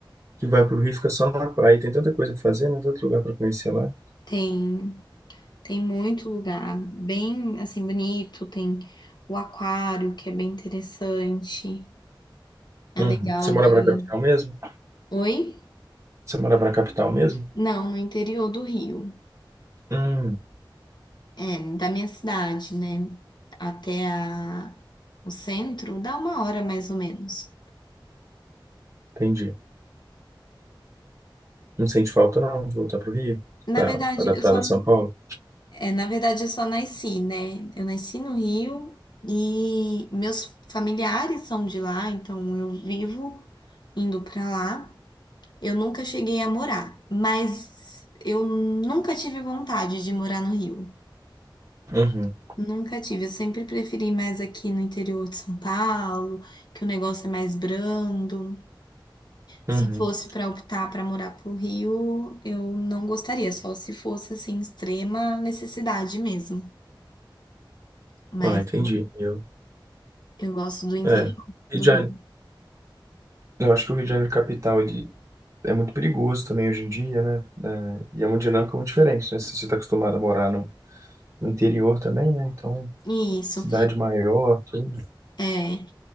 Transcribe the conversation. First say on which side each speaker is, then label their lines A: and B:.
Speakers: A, on the right; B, on the left.
A: que vai pro Rio e fica só na praia. Tem tanta coisa pra fazer, né? Tanto lugar pra conhecer lá.
B: Tem Tem muito lugar bem assim bonito, tem o aquário que é bem interessante. É
A: Uhum.
B: legal
A: Você morava
B: de ir.
A: na capital mesmo?
B: Oi?
A: Você morava na capital mesmo?
B: Não, no interior do Rio.
A: Hum,
B: É, da minha cidade, né? Até a... o centro dá uma hora mais ou menos.
A: entendi. Não sente falta não de voltar pro Rio?
B: Na
A: Tá
B: verdade,
A: adaptado
B: eu só
A: a São Paulo?
B: é, na verdade eu só nasci, né? Eu nasci no Rio e meus familiares são de lá, então eu vivo indo pra lá. Eu nunca cheguei a morar, mas eu nunca tive vontade de morar no Rio.
A: Uhum,
B: Nunca tive. Eu sempre preferi mais aqui no interior de São Paulo, que o negócio é mais brando.
A: uhum.
B: Se fosse para optar para morar pro Rio, eu não gostaria, só se fosse assim extrema necessidade mesmo. Mas
A: Ah, entendi.
B: eu,
A: Eu,
B: eu gosto do interior
A: é. Rio
B: do
A: de
B: Rio.
A: Janeiro Eu acho que o Rio de Janeiro capital ele é muito perigoso também hoje em dia, né? É, e é uma dinâmica muito diferente, né? Se você está acostumado a morar no, no interior também, né? Então,
B: Isso.
A: cidade maior, tudo.
B: É.